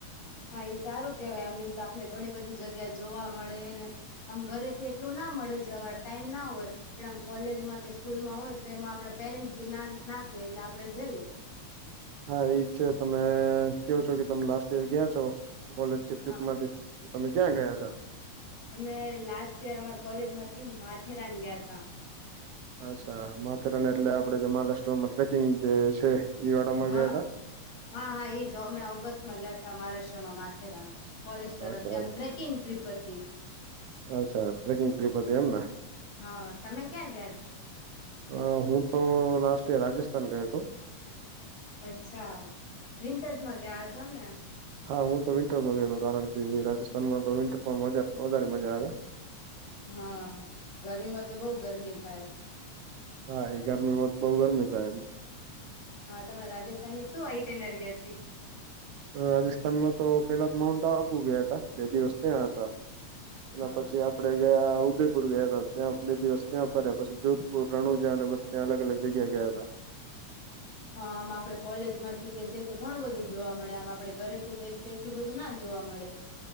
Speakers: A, on the left; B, on the right.
A: હા એ સારું કેવાય આ મીન્સ આપને ઘણી બધી જગ્યા જોવા મળે ને આમ ઘરેથી એટલું ના મળે જવા ટાઈમ ના હોય પણ આમ કોલેજમાં કે સ્કૂલમાં હોય તો એમાં આપણા પેરેન્ટસ ભી ના નાકે એટલે આપડે જઈ.
B: હા એજ છે તમે કવો છો કે તમે લાસ્ટ ઈયર ગયા છો કોલેજ કે ટ્રીપ
A: હા
B: માંથી તમે ક્યાં ગયા છો.
A: અમે લાસ્ટ યર અમાર કોલેજ માંથી માથેરાન ગયા ત.
B: અચ્છા માથેરાને એટલે આપડે જે મહારાષ્ટ્રમાં ટ્રેકિંગ જે છે ઈ વાડાામાં
A: હા
B: ગયા હતા.
A: હા હા એ જ મેં ઓગસ્ટમાં ગયા હતા મહારાષ્ટ્રમાં માથેરાન કોલેજ તરફથી
B: અચ્છા
A: આમ ટ્રેકિંગ ટ્રીપ હતી.
B: અચ્છા ટ્રેકિંગ કરી પડતી એમને
A: હા તમે ક્યાં ગયા તા
B: અ હું તો લાસ્ટ રાજસ્થાન ગયો હતો.
A: અચ્છા વિન્ટર્સ માં ગયા હ છો ને.
B: હા હું તો વિન્ટરમાં ગયોતો હતો કારણ કે રાજસ્થાનમાં તો વિન્ટરમાં મજા વધારે મજા આવે.
A: હા ગરમીમાં તો બહુ ગરમી થાય.
B: હા એ ગરમીમાંત બઉુ ગરમી થાય એ
A: હા તમારા રાજસ્થાનની શું આઇટેનરી હતી.
B: રાજસ્થાનમાં તો પેલા માઉન્ટ આબુ ગયા હતા બે દિવસ ત્યાં હતા. એના
A: હા
B: પછી આપ આપણે ગયા ઉદયપુર ગયા હતા ત્યાં બે દિવસ ત્યાં ફરેયા પછી જોધપુર રણુજા અને બધે ત્યાં અલગ અલગ જગ્યા ગયા હતા.
A: હા આમ આપડે કોલેજ માંથી કે જઈ તો ઘણું બધું જોવા મળે આમ આપડે ઘરે થી જઈ તો એટલું બધું ના જોવા મળે.